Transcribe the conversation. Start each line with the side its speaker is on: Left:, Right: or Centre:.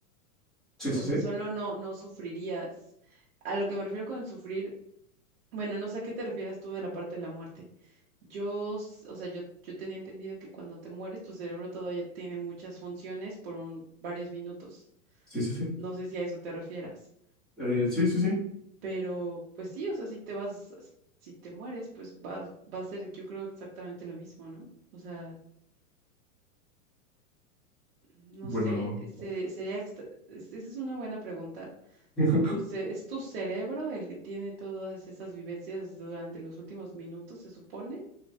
Centre: Sí,
Right: O
Centre: sí,
Right: sea,
Centre: sí.
Right: solo no, no sufrirías. A lo que me refiero con sufrir, bueno, no sé a qué te refieras tú de la parte de la muerte. Yo, s- o sea, yo, yo tenía entendido que cuando te mueres, tu cerebro todavía tiene muchas funciones por un- varios minutos.
Centre: Sí, sí, sí.
Right: No sé si a eso te refieras.
Centre: Eh, sí, sí, sí.
Right: Pero pues sí, o sea, si te vas, si si te mueres, pues va, va a ser, yo creo, exactamente lo mismo, ¿no? O sea, no
Centre: Bueno.
Right: sé, se- sería, extra- es- esa es una buena pregunta.
Centre: <laughs>
Right: Tu ce- ¿es tu cerebro el que tiene todas esas vivencias durante los últimos minutos, se supone?